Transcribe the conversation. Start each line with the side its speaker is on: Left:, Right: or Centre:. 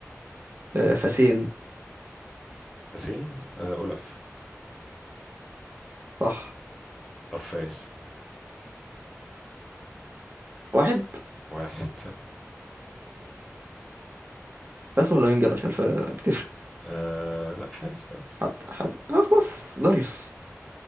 Right: آه، فاسين
Centre: فاسين آه، أولف
Right: صح
Centre: طب فاس
Right: واحد
Centre: واحد
Right: بس ولا منجل عشان ف- بتفرق
Centre: آه لا فاس فاس
Right: حد حد آه خلاص داريوس